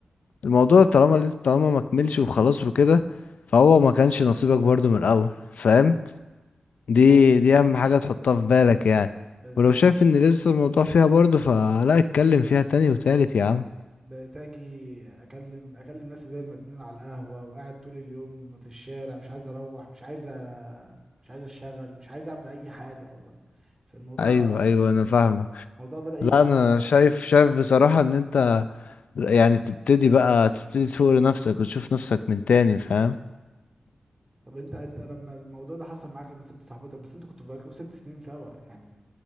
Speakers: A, on the left (about 85°); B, on the right (about 20°).
A: الموضوع طالما لسه طالما ما كملش وخلاص وكده فهو ما كانش نصيبك برضو من الاول فاهم دي
B: مش
A: دي اهم حاجه تحطها في بالك يعني
B: عارف
A: ولو شايف ان لسه الموضوع فيها برضو فلا اتكلم فيها تاني وتالت يا عم
B: بتاجي اكلم اكلم نفسي زي المجنون على القهوة وقاعد طول اليوم في الشارع مش عايز اروح مش عايز أ- مش عايز اشتغل مش عايز اعمل اي حاجة والله فالموضوع
A: ايوه ايوه
B: الموضوع
A: انا فاهمك
B: الموضوع بدأ يجي
A: لا
B: على
A: انا شايف شايف بصراحه ان انت يعني تبتدي بقى تبتدي تفوق لنفسك وتشوف نفسك من تاني فاهم
B: طب انت انت لما الموضوع ده حصل معاك لما سبت صاحبتك بس انتوا كنتوا بقالكوا ست سنين سوا يعني